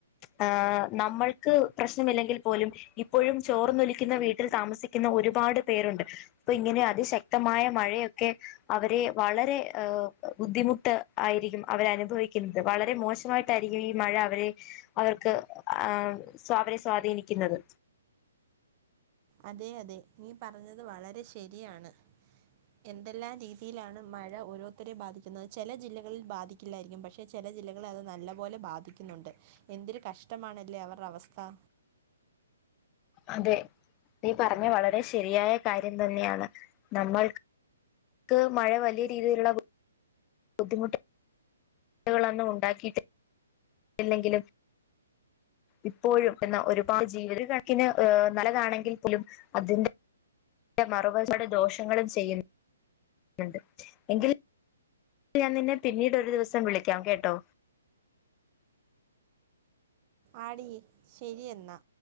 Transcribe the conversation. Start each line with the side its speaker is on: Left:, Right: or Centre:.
Left: ഏഹ് നമ്മൾക്ക് പ്രശ്നമില്ലെങ്കിൽ പോലും ഇപ്പോഴും ചോർന്നൊലിക്കുന്ന വീട്ടിൽ താമസിക്കുന്ന ഒരുപാട് പേരുണ്ട് അപ്പൊ ഇങ്ങനെ അതിശക്തമായ മഴയൊക്കെ അവരെ വളരെ ബുദ്ധിമുട്ട് ആയിരിക്കും അവര് അനുഭവിക്കുന്നത് വളരെ മോശമായിട്ടായിരിക്കും ഈ മഴ അവരെ അവർക്ക് ആ അവരെ സ്വാധീനിക്കുന്നത്
Right: അതെ അതെ നീ പറഞ്ഞത് വളരെ ശരിയാണ് എന്തെല്ലാം രീതിയിലാണ് മഴ ഓരോരുത്തരെ ബാധിക്കുന്നത് ചില ജില്ലകളിൽ ബാധിക്കില്ലായിരിക്കും പക്ഷെ പക്ഷെ ചില ജില്ലകൾ അത് നല്ല പോലെ ബാധിക്കുന്നുണ്ട് ഏത്തൊരു കഷ്ടമാണല്ലേ അവരുടെ അവസ്ഥ ഫാ
Left: അതെ നീ പറഞ്ഞ വളരെ ശരിയായ കാര്യം തന്നെയാണ് നമ്മൾക്ക് മഴ വലിയ രീതിയിലുള്ള ബുദ്ധിമുട്ടൊന്നും ഉണ്ടാക്കിട്ട് ഇല്ലെങ്കും ഇപ്പോഴും എന്ന ഒരുപാട് ജീവിത കണക്കിന് നല്ലതാണെങ്കിൽ പോലും അതിന്റെ അതിന്റെ മറുവശത്തു ഒരുപാട് ദോഷങ്ങളും ചെയുന്നുണ്ട് എങ്കിലും ഞാൻ നിന്നെ പിന്നീട് ഒരു ദിവസം വിളിക്കാം കേട്ടോ
Right: ആടി ശരി എന്നാ